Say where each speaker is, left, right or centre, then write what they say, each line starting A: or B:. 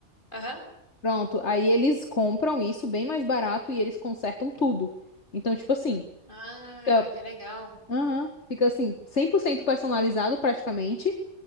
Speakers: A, on the left (about 45°); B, on the left (about 70°).
A: aham.
B: Pronto. Aí eles compram isso bem mais barato e eles consertam tudo. Então, tipo assim.
A: Ah,
B: fica
A: que legal.
B: Aham. Fica assim, 100% personalizado praticamente.